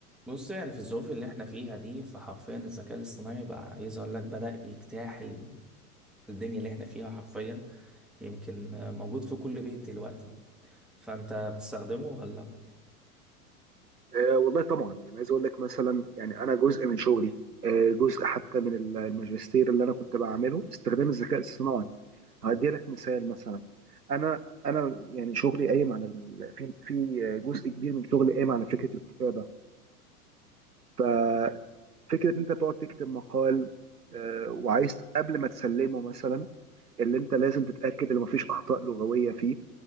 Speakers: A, in the centre; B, on the right.
A: بص يعني في الظروف اللي احنا فيها دي فحرفيا الذكاء الاصطناعي بقى عايز اقول لك بدأ يجتاح ال- الدنيا اللي احنا فيها حرفيا يمكن موجود في كل بيت دلوقتي فانت بتستخدمه ولا
B: آه والله طبعا يعني عايز اقول لك مثلا يعني انا جزء من شغلي آه جزء حتى من الماجستير اللي انا كنت بعمله استخدام الذكاء الصناعي هدي لك مثال مثلا انا انا يعني شغلي قايم على ال... في في جزء كبير من شغلي قايم على فكره الكتابه ففكره ان انت تقعد تكتب مقال آه وعايز قبل ما تسلمه مثلا اللي انت لازم تتاكد ان مفيش اخطاء لغويه فيه